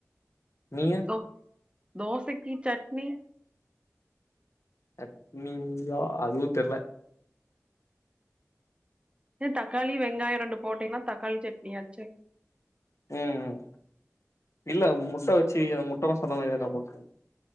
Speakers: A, on the left; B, on the right.
A: நீங்க
B: தோ தோசைக்கு சட்னி
A: சட்டினியா அதுவு தெர்ல
B: து தக்காளி வெங்காயோ ரெண்டு போட்டீனா தக்காளி சட்னியாச்சு
A: ம் இல்ல முட்ட வெச்சு முட்டமசாலா மாரி எத்னா போட்ருவாங்